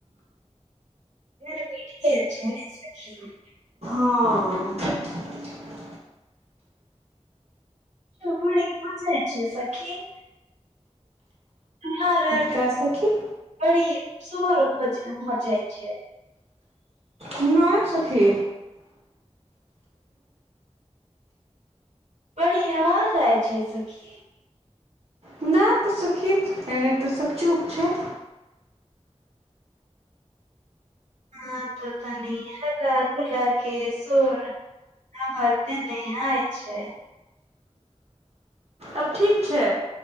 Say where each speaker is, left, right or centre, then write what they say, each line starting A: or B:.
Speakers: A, on the right (about 85°); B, on the right (about 60°).
A: वीट
B: हां
A: भ ई म जाइ छै सखी ह
B: का सखी
A: बड़ी सोर म मजाइ छै
B: नओ सखी
A: बड़ी हव जाइ छै सुखी
B: न तऽ सखी एने तऽ स चूप छै
A: हँ तऽ तनी हका गुला के सर हमर देने आय छै
B: आब ठीक छै।